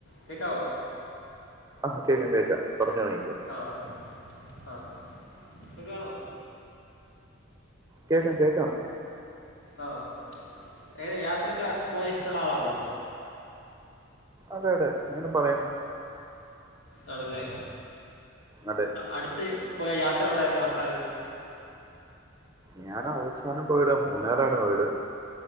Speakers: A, on the left; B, on the right.
A: കേക്കാവോ
B: ആഹ കേക്കാം കേക്കാം പറഞ്ഞു തുടങ്ങിക്കോ
A: ആഹ് ആഹ് സുഖാണോ
B: കേക്കാം കേക്കാം
A: ആഹ് എങ്ങനെ യാത്ര ഒക്കെ പോകാൻ ഇഷ്ടമുള്ള ആളാണോ.
B: അതെ അതെ അങ്ങനെ പറയാം
A: ആണല്ലേ
B: അതെ
A: അടുത്ത് പോയ യാത്ര എവിടെ ആയിരുന്നു അവസാനം.
B: ഞാൻ അവസാനംപോയത് മൂന്നാറാണ് പോയത്.